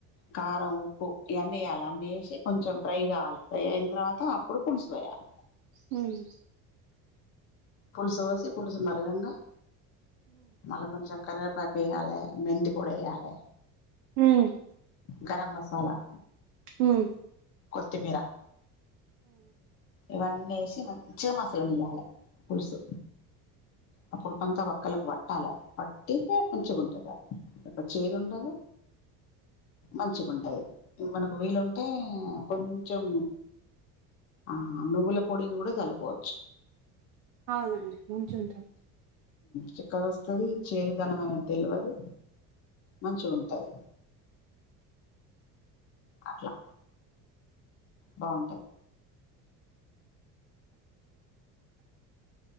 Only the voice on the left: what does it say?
కారం ఉప్పు ఇవన్నీ వేయాలి అన్నీ వేసి కొంచెం ఫ్రై కావాలి ఫ్రై అయిన తర్వాత అప్పుడు పులుసుపోయాలి
పులుసు పోసి పులుసు మరగంగా మళ్ళ కొంచెం కర్వేపాకు వెయ్యాలి మెంతి పొడి వేయ్యాలి
గరం మసాలా
కొత్తిమీర ఇవన్నీ వేసి మంచిగ మసలు నియ్యాలి పులుసు అప్పుడుపుంతా ఒక్కలకు ప అలా పట్టి మంచి కుంటగా ఇక చేదుండదు మంచిగుంటది మనకు వీలుంటే కొంచెం ఆ నువ్వుల పొడి కూడా జల్లుకోవచ్చు
చిక్కగా వస్తది చేదుదనం ఏమి తెల్వదు మంచిగుంటది అట్లా బాగుంటాది